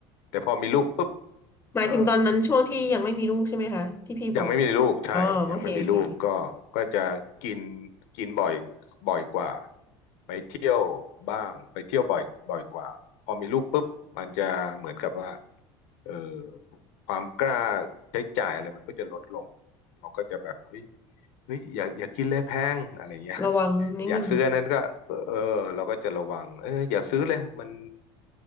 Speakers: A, on the left; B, on the left.
A: แต่พอมีลูกปุ๊บ
B: หมายถึงตอนนั้นช่วงที่ยังไม่มีลูกใช่ไหมคะที่พี่บอก
A: เออ ยังไม่มีลูกใช่ยังไม่มีลูกก็ก็จะกิน
B: อ๋อโอเคโอเค
A: กินบ่อยบ่อยกว่าไปเที่ยวบ้างไปเที่ยวบ่อยบ่อยกว่าพอมีลูกปุ๊บมันจะเหมือนกับว่าเออความกล้าใช้จ่ายอะไรมันก็จะลดลงเราก็จะแบบเฮ้ยเฮ้ยอย่าอย่ากินเลยแพงอะไรเงี้ย
B: ระวังนิดนึง
A: อยากซื้ออันนั้นก็เออเออเราก็จะระวังเอออย่าซื้อเลยมัน